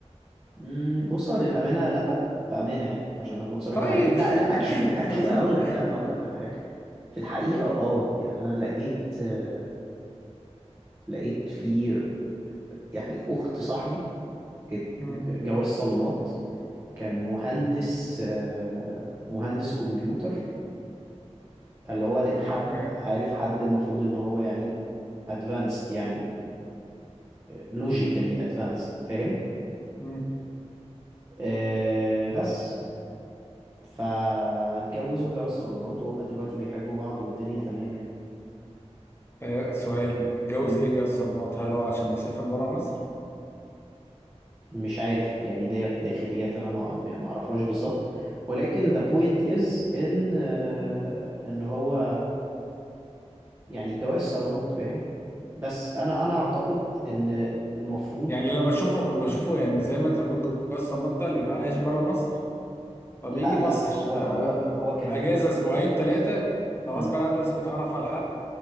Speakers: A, on the right; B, on the left.
A: مم، بص هو للأمانة لأ بأمانة يعني عشان أكون صريح
B: طيب
A: معاك لا لا اكشلي
B: <laughs>
A: اكشلي أقول لك لأ أقول لك على حاجة في الحقيقة اه يعني أنا لقيت آه، لقيت في يعني أخت صاحبي ات-
B: مم.
A: جواز صالونات كان مهندس آه، مهندس كمبيوتر فاللي هو أنا- حد
B: اوكي.
A: عارف حد المفروض ان هو يعني ادفانسد يعني لوجيكالي ادفانسد فاهم
B: مم.
A: آه، بس فاتجوزوا جواز صالونات وهما دلوقتي بيحبوا بعض والدنيا تمام يعني
B: آه، سؤال اتجوز
A: مم.
B: ليه جواز صالونات؟ هل هو عشان مسافر بره مصر؟
A: مش عارف يعني ديت داخليات انا ما يعني ما اعرفهاش بالظبط ولكن the point is ان آه، ان هو يعني جواز صالونات فاهم بس انا انا اعتقد ان المفروض
B: يعني اللي بشوفه بشوفه
A: مم.
B: يعني زي ما انت بتقول جواز صالونات ده اللي بيبقى عايش بره مصر فبيجي
A: لا لا
B: مصر
A: هو
B: آه،
A: هو هو كان
B: اجازة
A: ساكن
B: اسبوعين
A: في
B: ثلاثة
A: مصر
B: فغصب
A: مم.
B: عنه لازم يتعرف على حد